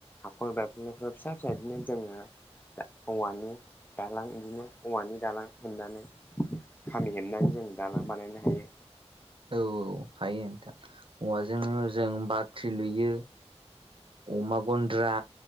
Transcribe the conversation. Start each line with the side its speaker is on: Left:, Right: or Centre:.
Left: हाखर बायफ्लंनायफ्रा फिसा फिसा बिदिनो जोङो औवानि दालां इदिनो औवानि दालां हेमनानै खामि हेबनानै जों दालां बानायनो हायो।
Right: औ औ हायो नोंथां औवाजोंनो जों बाख्रि लुयो। अमा गन्द्रा